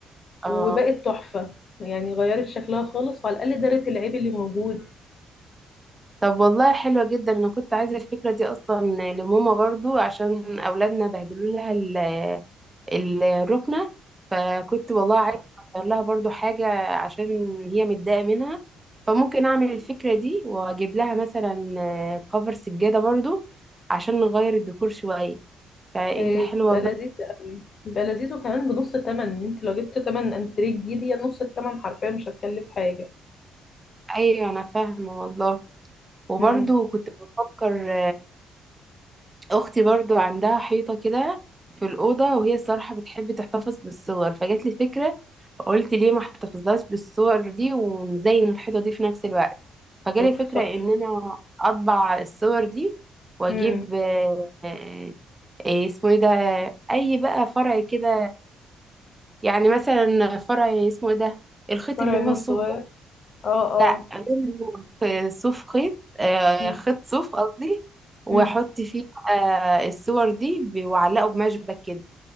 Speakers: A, on the left (about 45°); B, on the right (about 15°).
A: وبقت
B: اه
A: تحفه يعني غيرت شكلها خالص وعلى الاقل دارت العيب اللي موجود
B: طب والله حلوة جدا أنا كنت عايزة الفكرة دي أصلا لماما برضو عشان أولادنا بهدلوا لها ال- الركنة فكنت والله عايزة أغير لها برضو حاجة عشان هي متضايقة منها فممكن أعمل الفكرة دي وأجيب لها مثلا كفر سجادة برضو عشان نغير الديكور شوية فأنت
A: آه،
B: حلوة
A: بيبقى
B: والله
A: لذيذ قوي بيبقى لذيذ وكمان بنص الثمن ان انت لو جبت ثمن انتريه جديد هي نص الثمن حرفيا مش هتكلف حاجه
B: أيوة أنا فاهمة والله وبرضو
A: امم
B: كنت بفكر اختي برضو عندها حيطه كده في الاوضه وهي الصراحه بتحب تحتفظ بالصور فجات لي فكره قلت ليه ما احتفظلهاش بالصور دي ومزين الحيطه دي في نفس الوقت فجالي
A: اوف
B: فكره
A: صح
B: ان انا اطبع الصور دي واجيب
A: امم
B: آه، آه، آه، اسمه ايه ده اي بقى فرع كده يعني مثلا فرع اسمه ايه ده الخيط
A: فرع
B: اللي هو
A: نور
B: الصوف
A: صغير
B: ده
A: اه
B: لا
A: اه
B: غير خ- صوف خيط آه،
A: امم
B: خيط صوف قصدي واحط
A: امم
B: فيه بقى الصور دي ب- واعلقه بمشبك كده